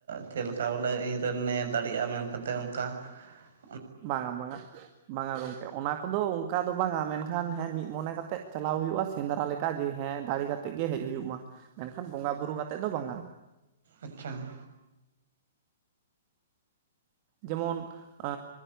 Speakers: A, on the right; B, on the right.
A: ᱪᱮᱜ ᱞᱮᱠᱟ ᱵᱚᱞᱮ ᱤᱧᱨᱮᱱᱮ ᱫᱟᱲᱮᱜᱼᱟ ᱢᱮᱱ ᱠᱟᱛᱮᱜ ᱚᱝᱠᱟ ᱾
B: ᱵᱟᱝᱟ ᱵᱟᱝᱟ ᱵᱟᱝᱟ ᱜᱚᱝᱠᱮ, ᱚᱱᱟ ᱠᱚᱫᱚ ᱚᱝᱠᱟ ᱫᱚ ᱵᱟᱝᱟ ᱢᱮᱱᱠᱷᱟᱱ ᱦᱮᱸ ᱢᱤᱜ ᱢᱚᱱᱮ ᱠᱟᱛᱮᱜ ᱪᱟᱞᱟᱣ ᱦᱩᱭᱩᱜᱼᱟ᱾ ᱥᱮᱸᱫᱽᱨᱟ ᱞᱮᱠᱟ ᱦᱮᱸ ᱫᱟᱲᱮ ᱠᱟᱛᱮᱜ ᱜᱮ ᱦᱮᱡ ᱦᱩᱭᱩᱜ ᱢᱟ, ᱢᱮᱱᱠᱷᱟᱱ ᱵᱚᱸᱜᱟ ᱵᱩᱨᱩ ᱠᱟᱛᱮᱜ ᱫᱚ ᱵᱟᱝᱟ ᱾
A: ᱟᱪᱪᱷᱟ ᱾
B: ᱡᱮᱢᱚᱱ ᱟᱻ